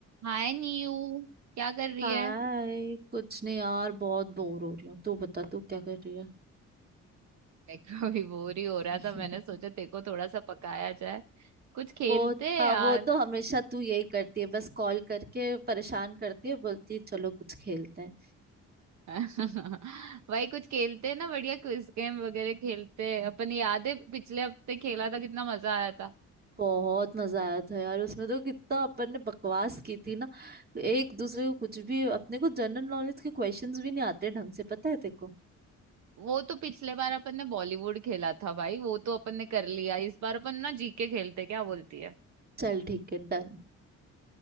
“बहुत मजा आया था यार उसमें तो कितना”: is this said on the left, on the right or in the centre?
Right